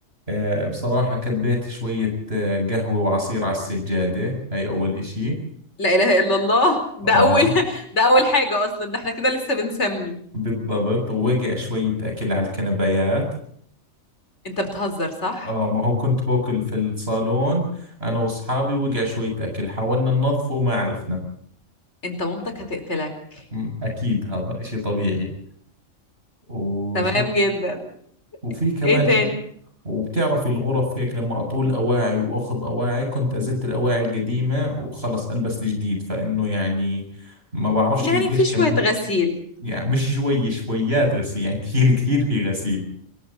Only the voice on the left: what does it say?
لا اله الا الله ده
اول <laughs> ده اول حاجة اصلا ده احنا كده لسه بنسمي
انت بتهزر صح
انت مامتك هتقتلك
تمام جدا
ايه تاني
يعني
في شوية
غسيل